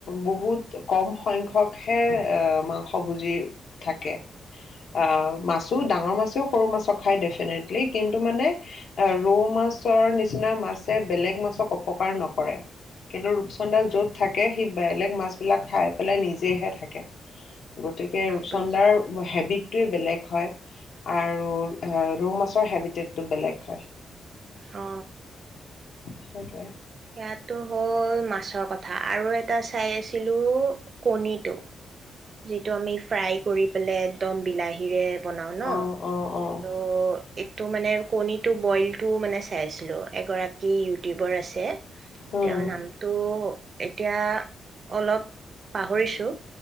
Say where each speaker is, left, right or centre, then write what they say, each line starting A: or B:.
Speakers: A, on the left; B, on the right.
A: বহুত কম সংখ্যকহে মাংস ভুজি থাকে অ মাছো ডাঙৰ মাছেও সৰু মাছক খাই দিয়ে তেনে ঠিক কিন্ত মানে ৰৌ মাছৰ নিচিনা নিচিনা মাছে বেলেগ মাছক অপকাৰ নকৰে কিন্তু ৰূপচন্দা য'ত থাকে তাকে সেই বেলেগ মাছবিলাক খাই পেলাই নিজেহে থাকে গতিকে ৰূপচন্দাৰ
B: বুজিছো।
A: হেবিট সেইটোয়ে বেলেগ হয় আৰু ৰৌ মাছৰ হেবিটেটটো বেলেগ হয়
B: অ,
A: সেইটোৱে
B: সেয়াটো হ'ল মাছৰ কথা আৰু এটা চাই আছিলোঁ কণীটো যিটো আমি ফ্ৰাই কৰি পেলে একদম বিলাহীৰে বনাওঁ ন
A: অ', অ', অ',
B: তো তো মানে কণীটো বইলটো মানে চাইছিলোঁ এগৰাকী ইউটিউবাৰ আছে
A: উম,
B: তেওঁৰ নামটো এতিয়া অলপ পাহৰিছোঁ